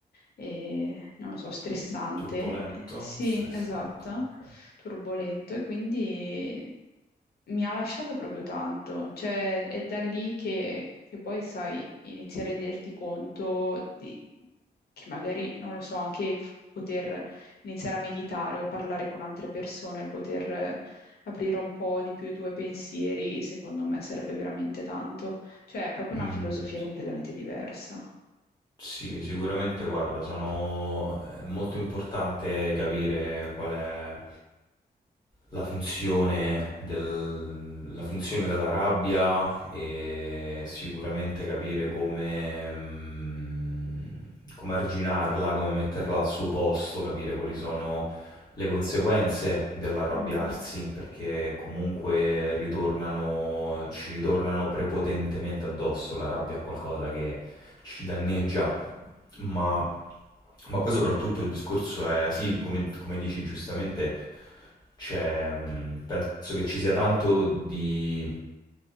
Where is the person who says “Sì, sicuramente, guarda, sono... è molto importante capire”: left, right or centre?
Left